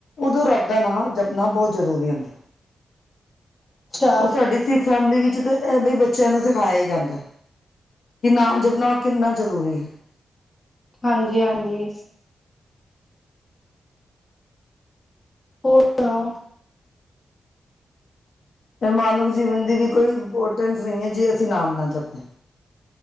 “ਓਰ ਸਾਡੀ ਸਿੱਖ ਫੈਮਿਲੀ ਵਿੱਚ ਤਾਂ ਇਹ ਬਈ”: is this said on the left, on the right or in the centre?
Left